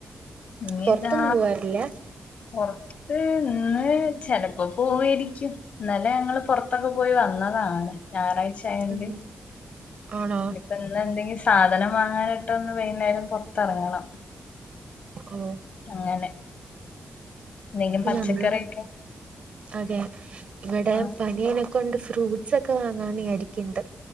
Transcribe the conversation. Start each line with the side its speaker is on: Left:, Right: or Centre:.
Left: ഇനി
Right: പൊറത്തൊന്നും
Left: എന്താ
Right: പോവാറില്ല
Left: പുറത്ത് ഇന്ന് ചിലപ്പോ പോവായിരിക്കും ഇന്നലെ ഞങ്ങള് പുറത്തൊക്കെ പോയി വന്നതാണ് ഞായറാഴ്ച ഞാറാഴ്ച്ച ആയോണ്ട്
Right: ഉം
Left: ഇനി
Right: ആണോ
Left: ഇപ്പോ ഇന്ന് ഇന്ന് എന്തെങ്കും സാധനം വാങ്ങാനിട്ട് ഒന്ന് വൈന്നേരം പുറത്തിറങ്ങണം.
Right: ഉം
Left: അങ്ങനെ എന്തെങ്കിലും പച്ചക്കറിയൊക്കെ
Right: മ്മള് അതെ ഇവിടെ
Left: ആഹ്
Right: പണിയനൊക്കെ കൊണ്ട് ഫ്രൂട്ട്സ് ഒക്കെ വാങ്ങാൻരിക്കണ്ട്